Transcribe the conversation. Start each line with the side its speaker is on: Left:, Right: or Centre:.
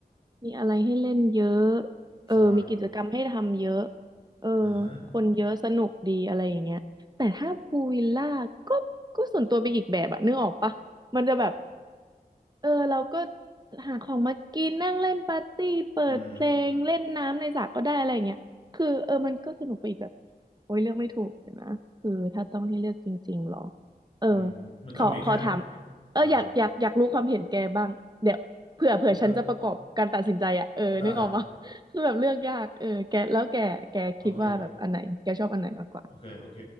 Right: มีอะไรให้เล่นเยอะเออมีกิจกรรมให้ทำเยอะ
Left: ใช่
Right: เออ
Left: อ่าฮะ
Right: คนเยอะสนุกดีอะไรอย่างเงี้ยแต่ถ้าพูลวิลล่าก็ก็ส่วนตัวไปอีกแบบอะนึกออกปะมันจะแบบ เออเราก็หาของมากินนั่งเล่นปาร์ตี้เปิดเพลงเล่นน้ำในสระก็ได้อะไรอย่างเงี้ยคือเออมันก็สนุกไปอีกแบบ
Left: อืม
Right: โอ้ยเลือกไม่ถูกเลยนะคือถ้าต้องให้เลือกจริงๆหรอเออ
Left: อืมมันก็มีแค่
Right: ขอขอถามเอออยากอยากอยากรู้ความเห็นแกบ้างเดี๋ยวเผื่อเผื่อฉันจะประกอบการตัดสินใจอ่ะเออนึกออกปะ
Left: อ่าแล้วได้
Right: <laughs> คือแบบเลือกยากเออแกแล้วแกแกคิดว่าแบบอันไหนแกชอบอันไหนมากกว่า
Left: โอเค โอเค โอเค